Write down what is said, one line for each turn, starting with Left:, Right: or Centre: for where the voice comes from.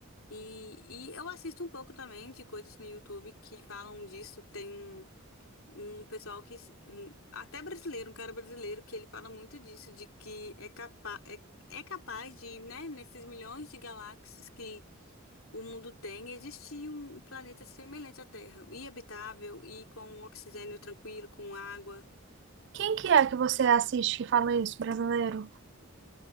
Left: E, e eu assisto um pouco também de coisas no YouTube que falam disso. Tem um, um pessoal que, se- um- até brasileiro, um cara brasileiro, que ele fala muito disso, de que é, capaz, é, é capaz de, né, nesses milhões de galáxias que o mundo tem, existia um planeta semelhante à Terra, e habitável, e com oxigênio tranquilo, com água.
Right: Quem que é que você assiste que fala isso, brasileiro?